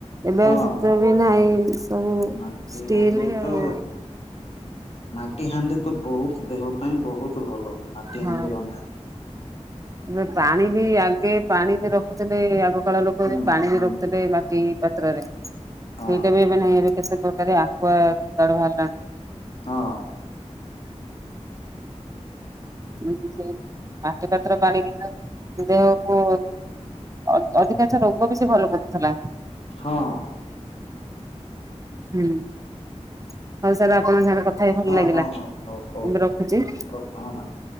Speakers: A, on the right (about 30°); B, on the left (about 55°).
A: ଏବେଉ
B: ହଁ
A: ଶୀତ ବି ନାହିଁ ସବୁ
B: ମାଟି
A: ଷ୍ଟିଲ
B: ହାଣ୍ଡି ତ
A: ଆଉ।
B: ମାଟି ହାଣ୍ଡି ତ ବହୁତ ଦେହ ପାଇଁ ବହୁତ ଭଲ। ମାଟି
A: ହଁ।
B: ହାଣ୍ଡି ରନ୍ଧା
A: ଏବେ ପାଣି ବି ଆଗେ ପାଣି ବି ରଖୁଛନ୍ତି ଆଗ କାଳ ଲୋକ
B: ହୁଁ
A: ପାଣି ବି
B: ହୁଁ
A: ରଖୁଥିଲେ ମାଟି ପାତ୍ରରେ
B: ହଁ
A: ସେଇଟା ବି ଏବେ ନାହିଁ ଏବେ କେତେ ପ୍ରକାର। <unintelligible>
B: ହଁ।
A: <unintelligible> ଦେହକୁ ଅଦ୍ ଅଧିକାଂଶ ରୋଗ ବି ସେ ଭଲ ପକଉଥିଲା।
B: ହଁ।
A: ହୁଁ ହଉ ସାର୍ ଆପଣଙ୍କ ସାରେ କଥା ବି ଭଲ
B: ହଁ
A: ଲାଗିଲା
B: ହଁ ହଁ ହଁ ହଉ
A: ମୁ
B: ହଉ
A: ରଖୁଛି।
B: <unintelligible>